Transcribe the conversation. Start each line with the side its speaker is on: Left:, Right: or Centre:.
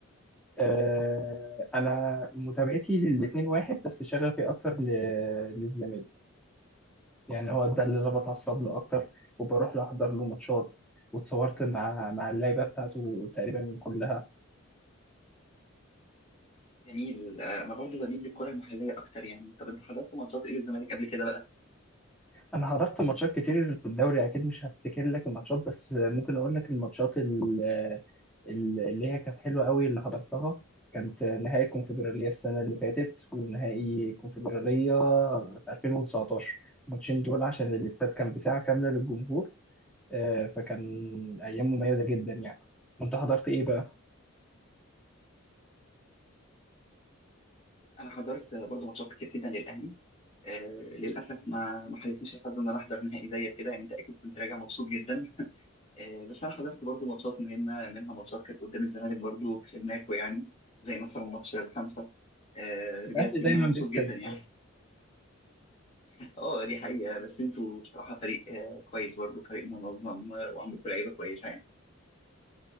Centre: آه، انا متابعتي للاتنين واحد بس شغفي اكتر ل- للزمالك يعني هو ده اللي انا بتعصب له اكتر وبروح له احضر له ماتشات واتصورت مع مع اللعيبه بتاعته تقريبا كلها
Left: جميل آه، انا برضو بميل للكرة المحلية اكتر يعني طب انت حضرت ماتشات ايه للزمالك قبل كده بقى
Centre: انا حضرت ماتشات كتير في الدوري اكيد مش هفتكر لك الماتشات بس ممكن اقول لك الماتشات ال- ال- اللي هي كانت حلوه قوي اللي حضرتها كانت نهائي الكونفدراليه السنه اللي فاتت ونهائي الكونفدراليه في 2019 الماتشين دول عشان الاستاد كان بساعه كامله للجمهور آه، فكان ايام مميزه جدا يعني وانت حضرت ايه بقى؟
Left: انا حضرت برضو ماتشات كتير جدا للاهلي آه للاسف ما ما حالفنيش الحظ ان انا احضر نهائي زيك كده يعني انت اكيد كنت راجع مبسوط جدا آه بس انا حضرت برضو ماتشات مهمه منها ماتشات كانت قدام الزمالك برضو كسبناكو يعني زي مثلا ماتش الخمسه آه
Centre: الاهلي
Left: رجعت
Centre: دايما
Left: منها مبسوط
Centre: بيكسب
Left: جدا يعني <laughs> اه دي حقيقه بس انتوا بصراحه فريق آه كويس برضو فريق منظم آه، وعندكم لعيبه كويسه يعني